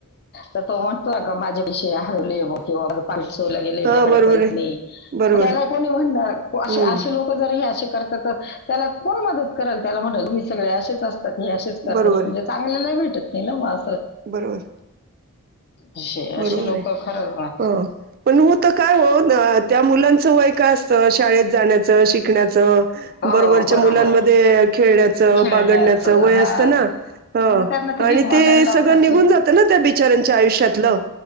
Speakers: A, on the left; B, on the right.
A: तर तो म्हणतो आता. का माझ्या विषयी हाय लय मोठी <inaudible> चोरीला गेले ह्यांच्याकडे
B: हा बरोबर
A: पैसे
B: आहे
A: नाही
B: बरोबर
A: त्याला
B: आहे.
A: कोणी म्हणणार असे
B: हम्म
A: असे लोक जर हे असे. करतात तर त्याला कोण मदत करेल त्याला म्हणलं तुम्ही सगळे असेच असता आणि असेच करतात.
B: बरोबर आहे.
A: लय भेटत नाही ना मग अस. <unintelligible>
B: बरोबर.
A: असे
B: बरोबर
A: असे लोक
B: हाय
A: खरंच ना
B: हो पण होत काय ओ न त्या मुलाचं वय काय असतं शाळेत जाण्याचं शिकण्याचं
A: हो
B: बरोबरच्या
A: बरोबर
B: मुलांमध्ये खेळण्याचं
A: खेळण्याचं
B: बागडण्याचं वय
A: हा
B: असत ना हो
A: मग त्यांना ती
B: आणि
A: भीक मागायला
B: ते
A: लावतात
B: सगळं निघून
A: ती
B: जात ना त्या त्या बिच्याऱ्याच्या आयुष्यातलं